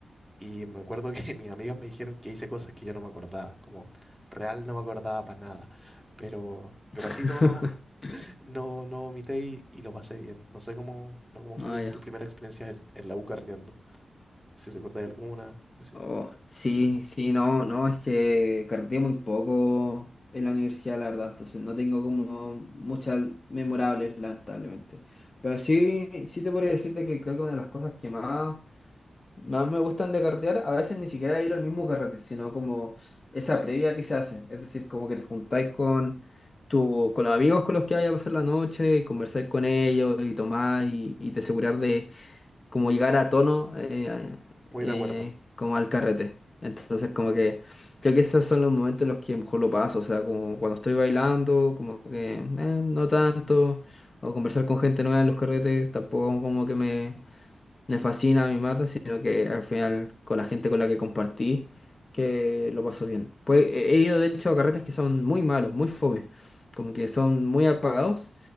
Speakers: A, in the centre; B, on the left.
A: Y me acuerdo que <laughs> mis amigos me dijeron que hice cosas que yo no me acordaba, como real no me acordaba para nada. Pero, pero
B: <laughs>
A: así todo no, no, no vomité y, y lo pasé bien. No sé cómo, no, cómo fue
B: Ah,
A: tu,
B: ya.
A: tu primera experiencia en, en la U carreteando. Si recordáis alguna. pues sí.
B: Oh, sí, sí, no, no, es que carteé muy poco en la universidad, la verdad, entonces no tengo como muchas memorables, lamentablemente. Pero sí, sí te podría decirte que creo que una de las cosas que más, más me gustan de cartear, a veces ni siquiera ir al mismo carrete, sino como esa previa que se hace, es decir, como que te juntáis con tu, con los amigos con los que vayas a pasar la noche, y conversáis con ellos y tomás y, y te
A: Mm,
B: asegurar de como llegar a tono eh,
A: Muy
B: eh,
A: de acuerdo.
B: como al carrete. Entonces como que creo que esos son los momentos en los que mejor lo paso, o sea, como cuando estoy bailando, como que eh, no tanto, o conversar con gente nueva en los carretes, tampoco como que me, me fascina, me mata, sino que al final con la gente con la que compartí, que lo paso bien. Pues he he ido de hecho a carretes que son muy malos, muy fome, como que son muy apagados,